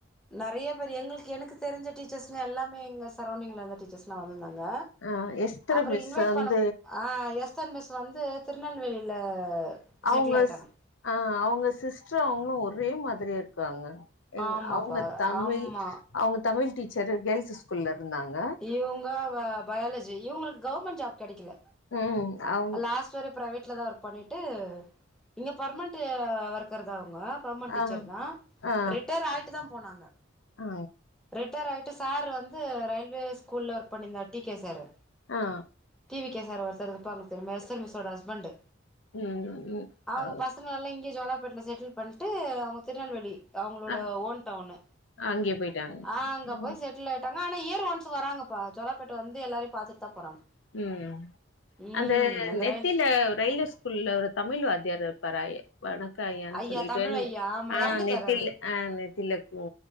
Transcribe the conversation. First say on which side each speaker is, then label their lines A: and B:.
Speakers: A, in the centre; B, on the left (about 70°).
A: நிறைய பேர் எங்களுக்கு எனக்கு தெரிஞ்ச டீச்சர்ஸ்ங்க எல்லாமே எங்க சரௌண்டிங்ல இருந்த டீச்சர்ஸ் வந்திருந்தாங்க
B: ஆ எஸ்தர்
A: அப்புறோ
B: மிஸ்
A: இன்வைட்
B: வந்து
A: பண்ண ஆ எஸ் தர் மிஸ் வந்து திருநெல்வேலில
B: அவங்க
A: செட்டில் ஆயிட்டாங்க
B: ஆஹ் அவங்க சிஸ்டர் அவங்களு ஒரே மாதிரி இருக்காங்க எ
A: ஆமாப்பா
B: அவங்க தமிழ்
A: ஆமா
B: அவங்க தமிழ் டீச்சரு கேர்ள்ஸ் ஸ்கூல்ல இருந்தாங்க
A: இவங்க பயாலஜி இவங்களுக்கு கவர்மெண்ட் ஜாப் கிடைக்கல
B: ம் அவங்க
A: லாஸ்ட் வர பிரைவேட்ல தா ஒர்க் பண்ணிட்டு இங்க பர்மனன்ட் ஒர்க்கர் தா அவங்க பர்மன்ட்டீச்சர்
B: ஆ
A: தா
B: ஆ
A: ரிட்டைர் ஆயிட்டு தா போனாங்க
B: ஆ
A: ரிட்டைர் ஆயிட்டு சார் வந்து ரயில்வே ஸ்கூல்ல ஒர்க் பண்ணியிருந்தா டிகே சாரு
B: ஆ
A: டிவிகே சார் ஒருத்தர் இருப்பாங்க தெரியுமா எஸ்டர் மிஸ்ஸோட ஹஸ்பண்டு
B: ம் ம்
A: அவங்க
B: அ
A: பசங்கள இங்க ஜோலார்ப்பேட்ல செட்டில் பண்ட்டு அவங்க திருநெல்வேலி அவங்களோட
B: ஆ
A: ஓன் டவுன்னு
B: அங்கேயே போயிட்டாங்க
A: ஆ அங்க
B: ம்
A: போய் செட் ட்லாய்டாங்க ஆனா இயர் ஒன்ஸ் வராங்கபா ஜோல்லார்ப்பேட் வந்து எல்லாரையு பாத்துட்டு தா போறாங்க
B: ம்
A: ம்
B: அந்த
A: அந்த
B: நெத்தில
A: ரயில்
B: <unintelligible> இல்ல தமிழ் வாத்தியார் இருப்பாரா வணக்க ஐயான்
A: ஐயா
B: சொல்லிட்டு
A: தமிழ் ஐயா ஆமா
B: ஆ
A: எறந்துட்டாரு
B: நெத்தில
A: அவரு
B: ஆ நெத்திலக்கு